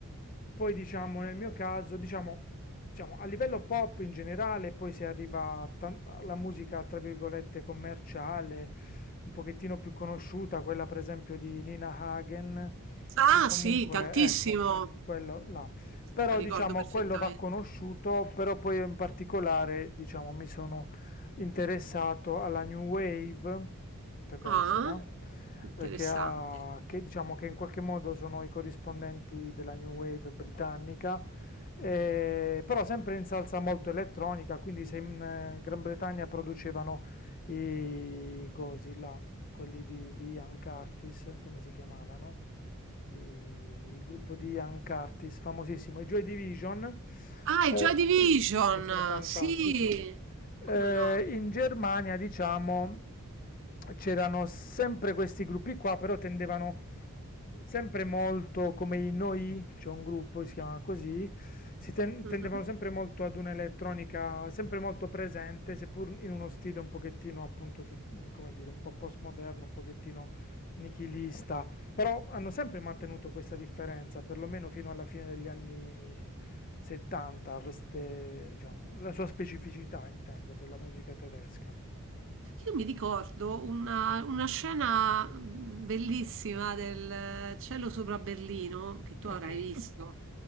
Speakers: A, on the left; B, on the right.
A: poi diciamo nel mio caso, diciamo diciamo, a livello pop in generale, poi si arriva a tan- alla musica, tra virgolette, commerciale, un pochettino più conosciuta, quella per esempio di Nina Hagen,
B: Ah,
A: o comunque,
B: sì, tantissimo.
A: ecco, quello là. Però
B: La ricordo
A: diciamo,
B: perfettamente.
A: quello va conosciuto, però poi io in particolare, diciamo, mi sono interessato alla New Wave tedesca,
B: Ah, interessante.
A: eh, che, ha, che, diciamo, che in qualche modo sono i corrispondenti della New Wave britannica eh, però sempre in salsa molto elettronica, quindi se in eh, Gran Bretagna producevano i cosi là, quelli di, di Ian Curtis, come si chiamavano? I- il gruppo di Ian Curtis, famosissimo, i Joy Division,
B: Ah,
A: eh,
B: è Joy Division,
A: che sono fantastici.
B: sì,
A: Eh,
B: come no?
A: in Germania, diciamo, c'erano sempre questi gruppi qua, però tendevano sempre molto, come i Noi, c'è un gruppo che si chiama così, si ten-
B: Mhm.
A: tendevano sempre molto ad un'elettronica sempre molto presente, seppur in uno stile un pochettino, appunto, su- come dire, un po' postmoderno, un pochettino nichilista. Però hanno sempre mantenuto questa differenza, perlomeno fino alla fine degli anni 70, queste, diciamo, la sua specificità, intendo, della musica tedesca.
B: Io mi ricordo una, una scena mm, bellissima del eh, cielo sopra Berlino che tu
A: Ok,
B: avrai visto.